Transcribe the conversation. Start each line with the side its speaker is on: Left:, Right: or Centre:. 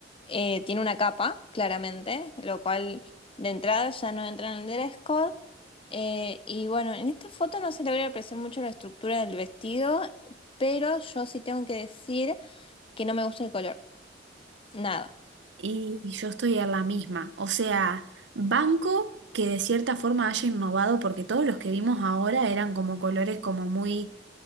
Left: eh, tiene una capa, claramente, lo cual de entrada ya no entra en el dress code. Eh, y bueno, en esta foto no se logra apreciar mucho la estructura del vestido, pero yo sí tengo que decir que no me gusta el color. Nada.
Right: Y yo estoy en la misma. O sea, banco que de cierta forma haya innovado porque todos los que vimos ahora eran como colores como muy